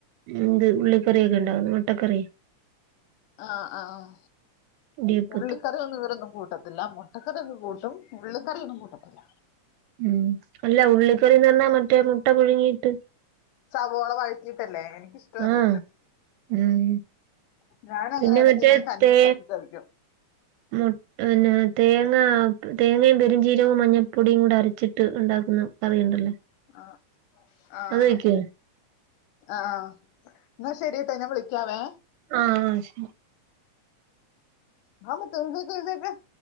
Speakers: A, on the right (about 85°); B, on the left (about 80°).
A: ഇത് ഉള്ളിക്കറി ഒക്കെ ഉണ്ടാക്കുന്നെ മുട്ടക്കറിയെ.
B: ആഹ് ആഹ്.
A: ഇടിയപ്പത്തി
B: ഉള്ളിക്കറി ഒന്നും ഇവരൊന്നും കൂ കൂട്ടത്തില്ല മുട്ടക്കറി കൂട്ടും ഉള്ളി കറീ ഒന്നും കൂട്ടത്തില്ല.
A: ഉം അല്ല ഉള്ളി കറിന്ന് പറഞ്ഞ മറ്റേ മുട്ട പുഴുങ്ങിയിട്ട്.
B: സവോള വഴറ്റിട്ടല്ലേ എനിക്കിഷ്ടം അത്
A: ആഹ് ഉം
B: ഞാൻ അങ്ങനെ
A: പിന്നെ
B: ഇടക്ക്
A: മറ്റേ
B: ഞാൻ തന്നെ
A: തേ
B: ഉണ്ടാക്കി കഴിക്കും.
A: മു പിന്നെ തേ തേങ്ങയും പെരും ചീരവും മഞ്ഞൾപ്പൊടിയും കൂടി അരച്ചിട്ട് ഉണ്ടാക്കുന്ന കറിയുണ്ടല്ലോ.
B: ആഹ് ആഹ്.
A: അത് വെക്കുവോ
B: ആഹ് എന്നാ ശരി ട്ട ഞാൻ വിളിക്കാവേ
A: ആ ശരി
B: ആ <unintelligible>